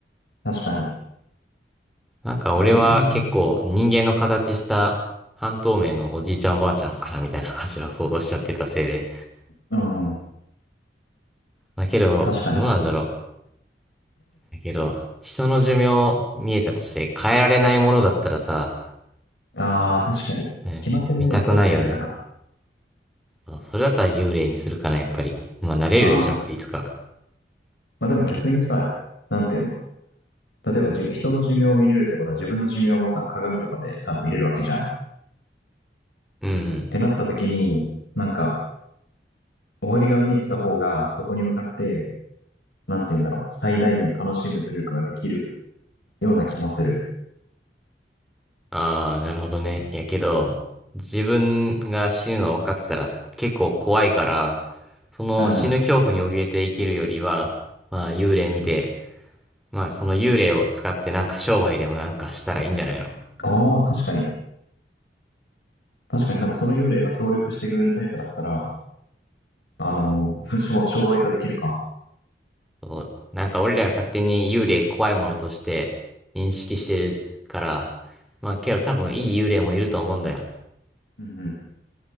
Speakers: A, on the left; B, in the centre.
A: 確かに。
B: なんか俺は結構人間の形した半透明のおじいちゃんおばあちゃんかなみたいな感じの想像しちゃってたせいで。
A: ええーうんうん。
B: まあけど、
A: 確かに。
B: どうなんだろう。だけど、人の寿命見えたとして変えられないものだったらさ、
A: ああ、確かに。
B: うん。
A: 決まってるものだったら最悪だな。
B: 見たくないよね。そうそれだったら幽霊にするかな、やっぱり。まあ、なれるでしょ、
A: ああ。
B: いつか。
A: まあでも逆にさ、なんていうの例えばじゅ人の寿命を見れるってことは自分の寿命もさ、鏡とかで多分見れるわけじゃん。っ
B: うんうん。
A: てなった時に、なんか、終わりが見えてた方が、そこに向かって、なんていうんだろう、最大限楽しむ努力ができるような気もする。
B: ああ、なるほどね。いやけど、自分が死ぬの分かってたら結構怖いから、その死ぬ恐怖に怯えて生きるよりは、
A: うん。
B: まあ、幽霊見て、まあ、その幽霊を使ってなんか商売でもなんかしたらいいんじゃないの
A: ああ、確かに。確かになんかその幽霊が協力してくれるタイプだったら、あのー <laughs> 商商売化できるか。
B: そうなんか俺らが勝手に幽霊怖いものとして認識してるから、まあ、けど多分いい幽霊もいると思うんだよ。
A: うんうん。